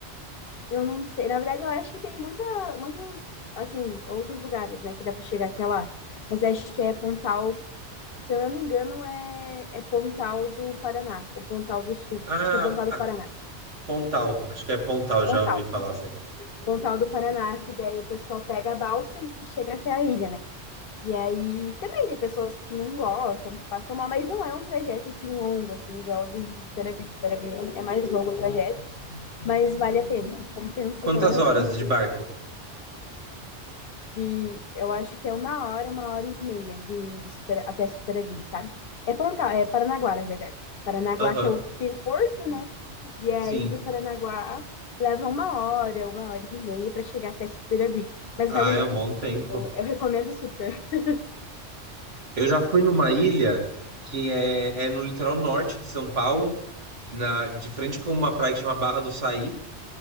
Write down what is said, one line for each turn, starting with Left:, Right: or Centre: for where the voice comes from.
Left: Eu não sei. Na verdade, eu acho que tem muita, muitos, assim, outros lugares, né, que dá para chegar até lá. Mas acho que é Pontal Se eu não me engano, é, é Pontal do Paraná, ou Pontal do Sul.
Right: Ah,
Left: Acho que é Pontal do
Right: a
Left: Paraná.
Right: Pontal, acho que é Pontal, já
Left: Pontal.
Right: ouvi falar assim.
Left: Pontal do Paraná, é que daí o pessoal pega a balsa e chega até a ilha, né? E aí também tem pessoas que não gostam, que passam mal, mas não é um trajeto assim longo, assim, igual de, de Superagui. Superagui é, é mais longo o trajeto, mas vale a pena. Compensa
Right: Quantas
Left: pela
Right: horas
Left: vista
Right: de barco?
Left: de, eu acho que é uma hora, uma hora e meia de, de Supera- até Superaguí, sabe? É Pontal, é Paranaguá, na verdade. Paranaguá
Right: Aham,
Left: que é o que tem o porto, né? E aí
Right: sim.
Left: de Paranaguá leva uma hora, uma hora e meia para chegar até Superaguí, mas
Right: Ah,
Left: vale
Right: é
Left: muito
Right: um bom
Left: a pena.
Right: tempo.
Left: Eu, eu recomendo super. <laughs>
Right: Eu já fui numa ilha que é, é no litoral norte de São Paulo, na, de frente com uma praia que chama Barra do Saí.